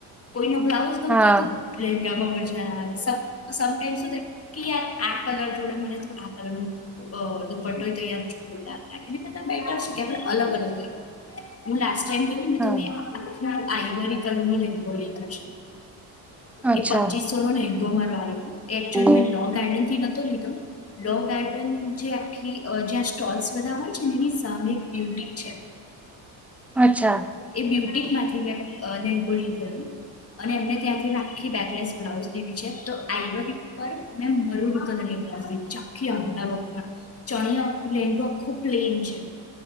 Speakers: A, on the left (about 30°); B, in the centre.
A: કોઈનો બ્લાઉઝ હોય
B: હા
A: તોય તો લહેંગામાં મજા આવે સ સમટાઈમ શું થાય કે યાર આ કલર જોડે મને તો આ કલર ના મા ઓ દુપટો હોય તો યાદ જોરદાર લાગે એના કરતાં બેટર કહેવાય અલગ અલગ હોય. હું લાસ્ટ ટાઈમ ગઈ તી ને
B: હા
A: તો મેં આખ આઈવરી કલર નો લહેંગો લીધો છે.
B: અચ્છા
A: એ પચીસો નો લહેંગો મારો આવ્યો તો એક્ચ્યુલી
B: હમ
A: મેં લો ગાર્ડન થી નતો લીધો. લો ગાર્ડન જે આખી અ જ્યાં સ્ટોલ્સ બધા હોય છે એની સામે એક બ્યુટીક છે.
B: અચ્છા
A: એ બ્યુટિક માંથી મેં અ લહેંગો લીધેલું. અને એમને ત્યાંથી આખી બેકલેસ બ્લાઉઝ લીધી છે તો <unintelligible> ઉપર મેં મરુન કલરની બ્લાઉઝ લીધી છે આખી આભલા વર્ક <unintelligible> ચણિયો આખો લહેંગો ખુબ પ્લેન છે